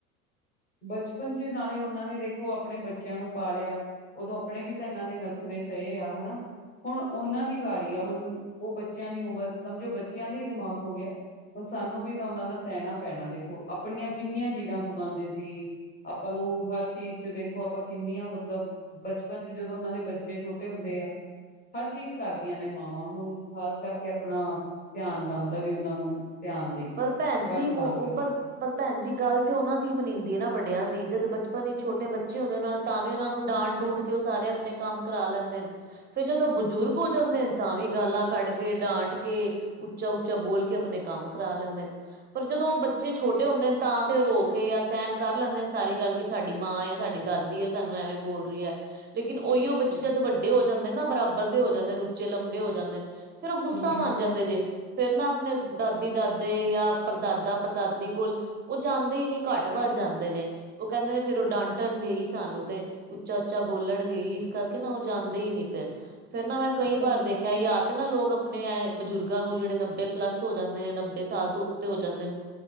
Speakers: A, on the left; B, on the right.
A: ਬਚਪਨ ਚ ਨਾਲੇ ਉਹਨਾਂ ਨੇ ਦੇਖੋ ਆਪਣੇ ਬੱਚਿਆਂ ਨੂੰ ਪਾਲਿਆ। ਉਦੋਂ ਆਪਣੇ ਵੀ ਤਾਂ ਇਹਨਾਂ ਦੇ ਨਖਰੇ ਸਹੇ ਆ। ਹਨਾ। ਹੁਣ ਉਹਨਾਂ ਦੀ ਵਾਰੀ ਆ। ਹੁਣ ਉਹ ਬੱਚਿਆਂ ਦੀ ਉਮਰ ਸਮਝੋ। ਬੱਚਿਆਂ ਦਾ ਹੀ ਦਿਮਾਗ ਹੋ ਗਿਆ। ਹੁਣ ਸਾਨੂੰ ਵੀ ਤਾਂ ਉਹਨਾਂ ਦਾ ਸਹਿਣਾ ਪੈਣਾ ਦੇਖੋ। ਆਪਣੀਆਂ ਕਿੰਨੀਆਂ ਜਿੱਦਾ ਪਾਗੁੰਦੇ ਸੀ। ਆਪਾਂ ਨੂੰ ਹਰ ਚੀਜ਼ ਚ ਦੇਖੋ। ਆਪਾਂ ਕਿੰਨੀਆਂ ਮਤਲਬ। ਬਚਪਨ ' ਜਦੋਂ ਉਹਨਾਂ ਦੇ ਬੱਚੇ ਛੋਟੇ ਹੁੰਦੇ ਆ ਹਰ ਚੀਜ਼ ਕਰਦੀਆਂ ਨੇ ਮਾਵਾਂ ਹੁਣ ਖ਼ਾਸ ਕਰਕੇ ਆਪਣਾ ਧਿਆਨ ਬਣਦਾ ਵੀ ਉਹਨਾਂ ਨੂੰ ਧਿਆਨ ਦੇਈਏ।
B: ਪਰ ਭੈਣ ਜੀ
A: ਫਰਜ਼
B: ਮ
A: ਬਣਦਾ ਹੂੰ,
B: ਪਰ ਪਰ ਭੈਣ ਜੀ ਗੱਲ ਤੇ ਉਹਨਾਂ ਦੀ ਮਨੀਿੰਂਦੀ ਨਾ ਵੱਡਿਆਂ ਦੀ ਜਦ ਬੱਚ ਆਪਣੀ ਛੋਟੇ ਬੱਚੇ ਹੁੰਦੇ ਨੇ ਉਹ ਨੂੰ ਤਾਂ ਵੀ ਉਹਨਾਂ ਨੂੰ ਡਾਂਟ ਡੂੰਡ ਕੇ ਉਹ ਸਾਰੇ ਆਪਣੇ ਕੰਮ ਕਰਾ ਲੈਂਦੇ ਨੇ ਫੇਰ ਜਦੋਂ ਬਜ਼ੁਰਗ ਹੋ ਜਾਂਦੇ ਨੇ ਤਾਂ ਵੀ ਗਾਲਾਂ ਕੱਢ ਕੇ ਡਾਂਟ ਕੇ ਉੱਚਾ ਉੱਚਾ ਬੋਲ ਕੇ ਆਪਣੇ ਕੰਮ ਕਰਾ ਲੈਂਦੇ ਨੇ। ਪਰ ਜਦੋਂ ਉਹ ਬੱਚੇ ਛੋਟੇ ਹੁੰਦੇ ਨੇ ਤਾਂ ਤੇ ਰੋ ਕੇ ਜਾਂ ਸਹਿਣ ਕਰ ਲੈਂਦੇ ਨੇ ਸਾਰੀ ਗੱਲ ਕਿ ਸਾਡੀ ਮਾਂ ਹੈ ਸਾਡੀ ਦਾਦੀ ਵੱਡੀ ਹੈ ਸਾਨੂੰ ਐਵੇਂ ਬੋਲ ਰਹੀ ਹੈ ਲੇਕਿਨ ਉਹੀਓ ਬੱਚੇ
A: ਹੂੰ,
B: ਜਦ ਵੱਡੇ ਹੋ ਜਾਂਦੇ ਨੇ ਨਾ ਬਰਾਬਰ ਦੇ ਹੋ ਜਾਂਦੇ ਨੇ ਉੱਚੇ ਲੰਬੇ ਹੋ ਜਾਂਦੇ ਨੇ। ਫੇਰ ਉਹ ਗੁੱਸਾ
A: ਹੂੰ
B: ਮੰਨ ਜਾਂਦੇ ਜੇ ਫੇਰ ਨਾ ਆਪਣੇ। ਦਾਦੀ ਦਾਦੇ ਜਾਂ ਪੜਦਾਦਾ ਪੜਦਾਦੀ ਕੋਲ ਉਹ ਜਾਂਦੇ ਹੀ ਨਹੀਂ ਘੱਟ ਵੱਧ ਹੀ ਜਾਂਦੇ ਨੇ। ਉਹ ਕਹਿੰਦੇ ਨੇ ਫੇਰ ਉਹ ਡਾਂਟਣ ਗਏ ਹੀ ਸਾਨੂੰ ਤੇ। ਉੱਚਾ ਉੱਚਾ ਬੋਲਣਗੇ ਇਸ ਕਰਕੇ ਨਾ ਉਹ ਜਾਂਦੇ ਹੀ ਨਹੀਂ ਫਿਰ। ਫੇਰ ਨਾ ਮੈਂ ਕਈ ਵਾਰ
A: ਹੂੰ,
B: ਦੇਖਿਆ ਜਾ ਤੇ ਨਾ ਲੋਕ ਆਪਣੇ ਬਜ਼ੁਰਗਾਂ ਨੂੰ ਜਿਹੜੇ ਨੱਬੇ ਪਲੱਸ ਹੋ ਜਾਂਦੇ। ਨੇ ਨੱਬੇ ਸਾਲ ਤੋਂ ਉੱਤੇ ਹੋ ਜਾਂਦੇ ਨੇ